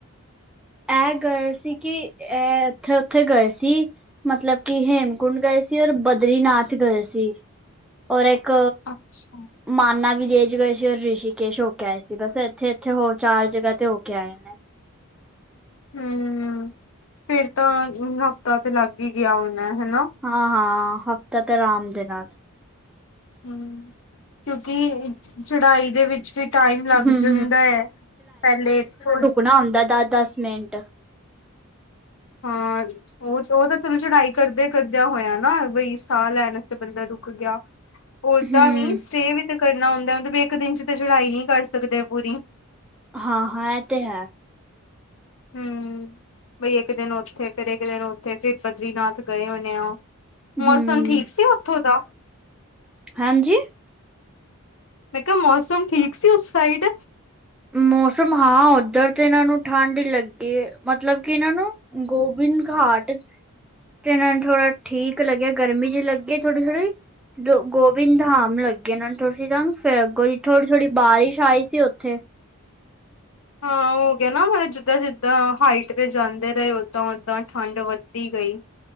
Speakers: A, in the centre; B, on the left.
A: ਇਹ ਗਏ ਸੀ ਕਿ ਇਹ ਇਥੇ ਉਥੇ ਗਏ ਸੀ। ਮਤਲਬ ਕਿ ਹੇਮਕੁੰਡ ਗਏ ਸੀ ਔਰ ਬਦਰੀਨਾਥ ਗਏ ਸੀ। ਔਰ ਇੱਕ
B: ਅੱਛਾ
A: ਮਾਨਾ ਵੀਲਜ ਗਏ ਔਰ ਰਿਸ਼ੀਕੇਸ਼ ਹੋ ਕੇ ਆਏ ਸੀ ਬਸ ਇਥੇ-ਇਥੇ ਹੋ ਚਾਰ ਜਗ੍ਹਾ ਤੇ ਹੋ ਕੇ ਆਏ ਨੇ।
B: ਹੂੰ ਫਿਰ ਤਾਂ ਹਫ਼ਤਾ ਤੇ ਲੱਗ ਹੀ ਗਿਆ ਹੁਣਾ ਹਨਾ।
A: ਹਾਂ-ਹਾਂ ਹਫ਼ਤਾ ਤੇ ਆਰਾਮ ਦੇ ਨਾਲ
B: ਹੂੰ ਕਿਉਂਕਿ ਚੜਾਈ ਦੇ ਵਿੱਚ ਵੀ ਟਾਈਮ ਲੱਗ
A: ਹਮ
B: ਜਾਂਦਾ ਹੈ ਪਹਿਲੇ ਥੋੜ
A: ਣਾ ਹੁੰਂਦਾ ਦਸ-ਦਸ ਮਿੰਟ
B: ਹਾਂ ਉਹ-ਉਹ ਤਾਂ ਚਲੋ ਚੜਾਈ ਕਰਦਿਆਂ-ਕਰਦਿਆਂ ਹੋਇਆ ਨਾ ਬਈ ਸਾਹ ਲੈਣ ਤੇ ਬੰਦਾ ਰੁ ਰੁੱਕ ਗਿਆ ਓਦਾਂ
A: ਹਮ
B: ਵੀ ਸਟੇ ਵਿੱਚ ਕਰਨਾ ਹੁੰਦਾ ਮਤਲਬ ਵੀ ਇੱਕ ਦਿਨ 'ਚ ਤਾਂ ਚੜਾਈ ਨੀ ਕਰ ਸਕਦੇ ਪੂਰੀ
A: ਹਾਂ-ਹਾਂ ਇਹ ਤੇ ਹੈ।
B: ਹੂੰ ਬਈ ਇੱਕ ਦਿਨ ਉਥੇ ਫਿਰ ਇੱਕ ਦਿਨ ਉੱਥੇ ਫਿਰ ਬਦਰੀਨਾਥ ਗਏ ਹੋਣੇ ਉਹ
A: ਹਮ
B: ਮੌਸਮ ਠੀਕ ਸੀ ਉਥੋਂ ਦਾ
A: ਹਾਂਜੀ
B: ਮੈਂ ਕਿਹਾ ਮੌਸਮ ਠੀਕ ਸੀ ਉਸ ਸਾਈਡ
A: ਮੌਸਮ ਹਾਂ ਓਧਰ ਤੇ ਇਹਨਾਂ ਨੂੰ ਠੰਢ ਲੱਗੀ ਹੈ ਮਤਲਬ ਕਿ ਇਹਨਾਂ ਨੂੰ ਗੋਬਿੰਦ ਘਾਟ ਤੇ ਇਹਨਾਂ ਨੂੰ ਥੋੜਾ ਠੀਕ ਲੱਗਿਆ ਗਰਮੀ ਜਿਹੀ ਲੱਗੇ ਥੋੜੀ-ਥੋੜ੍ਹੀ ਗੋਬਿੰਦ ਧਾਮ ਲੱਗੀ ਉਹਨਾਂ ਨੂੰ ਥੋੜੀ ਠੰਡ ਫਿਰ ਅਗੋ ਦੀ ਥੋੜੀ-ਥੋੜ੍ਹੀ ਬਾਰਿਸ਼ ਆਈ ਸੀ ਉਥੇ
B: ਹਾਂ ਓ ਹੋ ਗਿਆ ਨਾ ਮਤਲਬ ਜਿੱਦਾਂ-ਜਿੱਦਾਂ ਹਾਈਟ ਤੇ ਜਾਂਦੇ ਰਹੇ ਓਦਾਂ-ਓਦਾਂ ਠੰਡ ਵੱਧਦੀ ਗਈ।